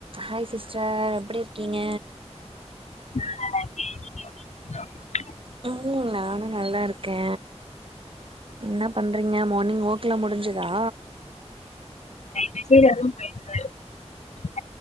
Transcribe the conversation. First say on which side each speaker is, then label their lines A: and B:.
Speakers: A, on the right; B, on the left.
A: Hi sister எப்டி இரு க்கீங்க?
B: <inaudible>
A: ம் நானு நல்லாருக்கே என்ன பண்றீங்க மார்னிங் ஒர் க்லா முடிஞ்சுதா?
B: மெசேஜ் வரவு <unintelligible>